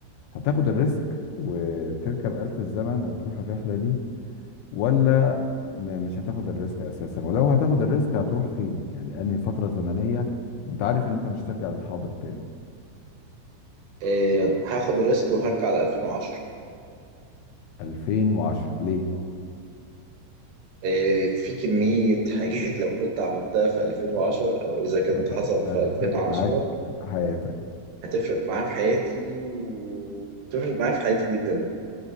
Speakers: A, on the left; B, on the right.
A: هتاخد الريسك وتركب آلة الزمن وتروح الرحلة دي ولا م- مش هتاخد الريسك أساسا ولو هتاخد الريسك هتروح فين يعني أنهي فترة زمنية وأنت عارف إن أنت مش هترجع للحاضر تاني
B: إيه هاخد الريسك وهرجع ل 2010
A: 2010 ليه؟
B: آه. إيه في كمية <laughs> حاجات لو كنت عملتها في 2010 او اذا كانت
A: وهت-
B: حصلت
A: هتفرق
B: في 2010
A: معاك في حياتك
B: هتفرق معايا في حياتي وتفرق معايا في حياتي جدا